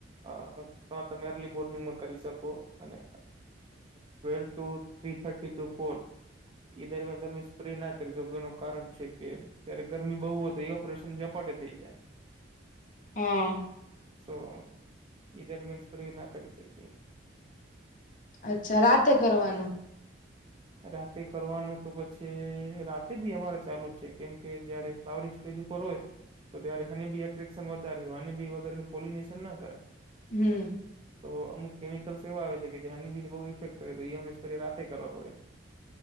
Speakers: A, on the right (about 25°); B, on the left (about 40°).
A: અ હ તમે અર્લી મોર્નિંગમાં કરી શકો અને twelve two three thirty two four એ દરમિયાન તમે સ્પ્રે ના કરી શકો એનું કારણ છે કે ત્યારે ગરમી બહુ હોય ઓપરેશન પ્રશન ઝપાટે થઈ જાય
B: હા
A: સો ઈ દરમિયાન સ્પ્રે ના કરી શકી
B: અચ્છા રાતે કરવાનું
A: રાતે કરવાનું તો પછી રા તે જ બી અમારે ચાલુ જ છે કેમ કે જયારે ફ્લાવરિંગ સ્ટેજ ઉપર હોય તો ત્યારે હનીબી એટ્રેક્શન વધારે હોય હનીબી વગેરેનું પોલિનેશન ના થાય
B: હમ્મ.
A: તો અમુક કેમિકલ્સ એવા આવે છે કે જે આની બીને બહુ ઇફેક્ટ કરે તો એ અમને સ્પ્રે રાતે કરવા પડે.